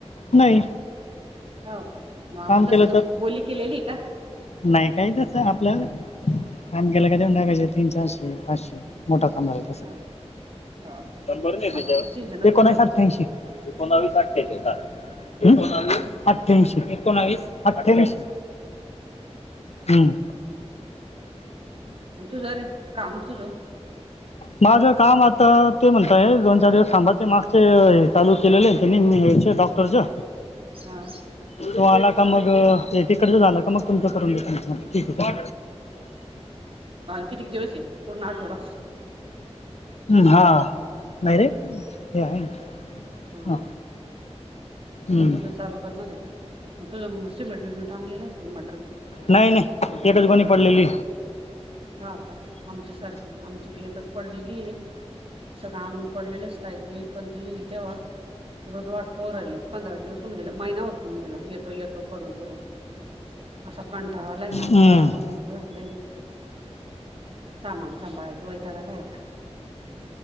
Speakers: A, on the left; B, on the right.
A: नाही
B: हो का माम
A: काम
B: तस
A: केलं तर
B: बोली केलेली का?
A: नाही, काही तसं आपल्या काम केलं
B: हा
A: काय, देऊन टाकायचं तीन-चार. पासे मोठं काम झाल्यावर.
B: हा हा हो का
A: नंबर नाही त्याच्यावर
B: आता तर सीझनच
A: ते एकोणीस
B: नसल
A: अथेन्सी. एकोणावीस अठ्ठेचाळीस एकोवीस
B: हम्म,
A: अठ्ठ्यांशी. एकोवीस अठ्ठवीस. हम्.
B: हम्म. मग तुझं रे काम तुझं.
A: माझं काम आता ते म्हणतंय, दोन-चार दिवस थांबा. ते मागचे हे चालू केलेले आहेत, त्यांचे डॉक्टर. तुळजा
B: हा.
A: तो आला का मग? अटिकडचं झालं का मग? तुमचं करून द्या, ठीक आहे.
B: पालखी किती दिवस द्यायची आहे? पूर्ण आठवडा?
A: हा नाहीरे हे आहे.
B: हम.
A: हा. हम्म.
B: मग तुझं चालू करणार आहे का? मग तुझं सीमिट-बिमिट आणलेलं असेल मटर.
A: नाही, नाही, तेच बंद पडलेलं.
B: हा का, आमच्यासारखी आमची भियकच पडलेली आहे. सगळं आणून पडलेलं, स्टाईल-बिल पण तू येईल तेव्हा. रोज वाट पाहिली, पंधरा दिवस होऊन गेले. महिना होत आला, येतो-येतो करून करून. असं कंटाळलाय ना आता,
A: हम्म.
B: नको नको झालंय. सामान सांभाळायचं वैताकालय आता.